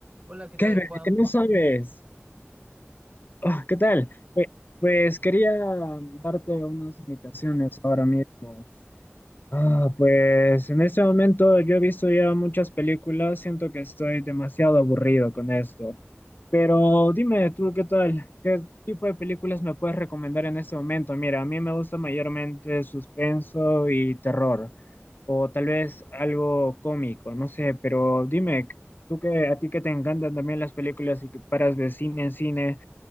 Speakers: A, on the right; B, on the left.
A: Hola, ¿qué tal,
B: Kelvin,
A: Juan?
B: ¿qué no sabes? Ah, ¿qué
A: Sí,
B: tal? Pues, pues quería darte unas indicaciones ahora mismo. Ah, pues en este momento yo he visto ya muchas películas, siento que estoy demasiado aburrido con esto. Pero dime tú, ¿qué tal? ¿Qué tipo de películas me puedes recomendar en este momento? Mira, a mí me gusta mayormente suspenso y terror o tal vez algo cómico, no sé, pero dime, tú que a ti que te encantan también las películas y que paras de cine en cine,